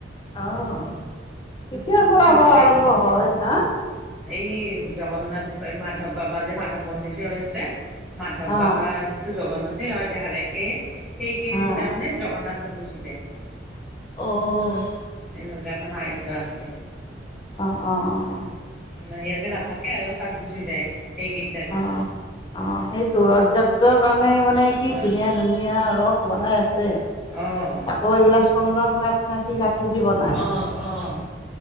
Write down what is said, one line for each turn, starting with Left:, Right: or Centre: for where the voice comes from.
Left: অ' কেতিয়া হয় আকৌ
Centre: বোলে
Left: আৰম্ভ হয় হাঁ
Centre: এই জগন্নাথ এই মাধৱ বাবা যে মাধৱ মন্দিৰ যে হৈছে মাধৱ
Left: অ'
Centre: বাবাটো জগন্নাথে হয় দেখাত একে সেই কেইদিন
Left: অ'
Centre: তাৰমানে জগন্নাথ সদ গুচি যায়
Left: অ'
Centre: এনেকুৱা এটা মায়িত্ব আছে
Left: অ অ অ
Centre: ানে ইয়াতে নাথাকে আৰু তাত গুচি যায় সেইক ইত্যাদিন
Left: অ' অ সেইটো ৰথ যাত্ৰাৰ কাৰণে মানে
Centre: এটা
Left: কি ধুনীয়া ধুনীয়া ৰস বনাই আছে
Centre: অ',
Left: আকৌ এইবিলাক চন্দন কাঠ নাকি কাঠেদি বনায়
Centre: অ', অ',